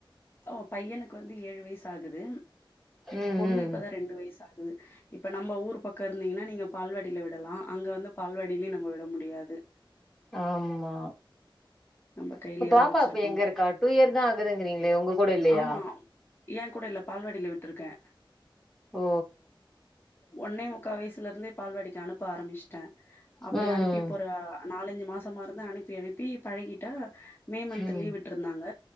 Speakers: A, on the left (about 25°); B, in the centre.
A: ஓ பையனுக்கு வந்து ஏழு வயசு ஆகுது
B: ம்
A: பொண்ணு
B: ம்
A: இப் பதா ரெண்டு வயசு ஆகுது இப்ப நம்ம ஊர் பக்கோ இருந்தீங்ன்னா நீங்க பால்வாடில விடலா அங்க வந்து பால்வாடிலயு நம்ம விட முடியாது
B: ஆமா
A: நம்ம கையிலயேதா
B: இப்ப பாப்பா
A: வச்சிருக்கணு
B: அப்ப எங்க இருக்கா டூ இயர்தா ஆகுதுங்கிறீங்களே ஒங்க கூட இல்லையா
A: ஆமா ஏ கூட இல்ல பால்வாடில விட்ருக்கே
B: ஓ
A: ஒன்னே முக்கா வயசுலருந்தே பால்வாடிக்கு அனுப்ப ஆரம்பிச்ட்டே அப்டி
B: ம்
A: அனுப்பி இப்ப ஒரு நாலஞ்சு மாசமா இருந்து அனுப்பி அனுப்பி பழகிட்டா மே மந்த்
B: ம்
A: லீவ் விட்டுருந்தாங்க